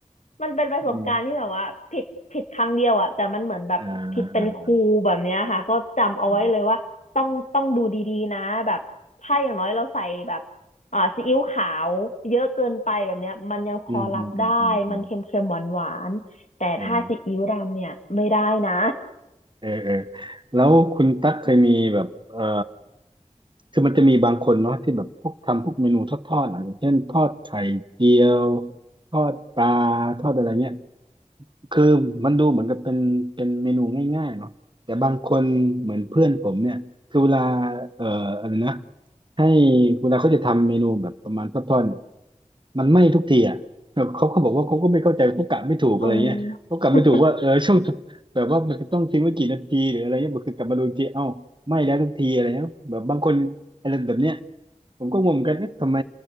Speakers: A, on the left; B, on the right.
A: มันเป็นประสบการณ์ที่แบบว่าผิดผิดครั้งเดียวอะแต่มันเหมือนแบบผิดเป็นครูแบบเนี้ยค่ะก็จำเอาไว้เลยว่าต้องต้องดูดีๆนะแบบถ้าอย่างน้อยเราใส่แบบ
B: อืมอ่าอ่าอ่าอาอ
A: อ่าซีอิ๊วขาวเยอะเกินไปแบบเนี้ยมันยังพอรับได้มันเค็มๆหวานๆแต่ถ้าซีอิ๊วดำเนี่ยไม่ได้นะ
B: ืมอืมอืมอืมอืมอืมเออเออ เออ แล้วคุณตั๊กเคยมีแบบ เออคือมันจะมีบางคนเนาะที่แบบพวกทำพวกเมนูทอดๆอ่ะอย่างเช่นทอดไข่เจียว ทอดปลาทอดอะไรเงี้ย คือมันดูเหมือนกับเป็นเป็นเมนูง่ายๆเนาะแต่บางคนเหมือนเพื่อนผมเนี่ยคือเวลาเอ่ออะไรนะให้เวลาเขาจะทำเมนูแบบประมาณทอดๆเนี่ยมันไหม้ทุกทีอ่ะเขาเขาบอกว่าเขาก็ไม่เข้าใจเขากะไม่ถูกอะไรเงี้ยเขากะไม่ถูกว่าเออช่วง
A: <laughs> เออ
B: แบบว่ามันจะต้องทิ้งไว้กี่นาทีหรืออะไรเงี้ยบอกคือกลับมาดูอีกทีเอ้าไหม้แล้วทุกทีอะไรเงี้ยแบบบางคนอะไรแบบเนี้ย ผมก็งงเหมือนกันเอ๊ะทำไม